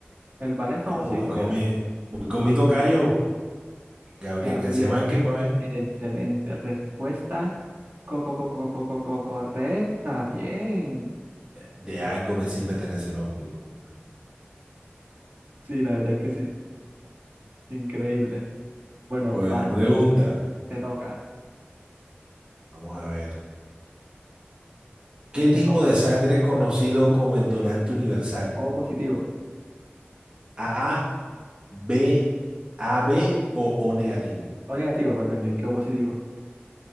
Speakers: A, on the right; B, on the right.
A: El ballet es famosito
B: bueno, voy con
A: ya.
B: mi, voy con mi tocayo, Gabriel
A: Gabriel,
B: García Márquez, pa' ver.
A: excelente respuesta. Coco, coco, coco, coco, correcta. Bien.
B: De algo me sirve tener ese nombre, hijo de puta.
A: Sí, la verdad es que sí. Increíble. Bueno,
B: Bueno,
A: vas,
B: pregunta.
A: te toca,
B: Vamos a ver. ¿Qué tipo
A: te toca.
B: de sangre
A: te toca.
B: es conocido como el donante universal?
A: O positivo.
B: A, B, AB o O negativo.
A: O negativo, perdón, yo dije O positivo.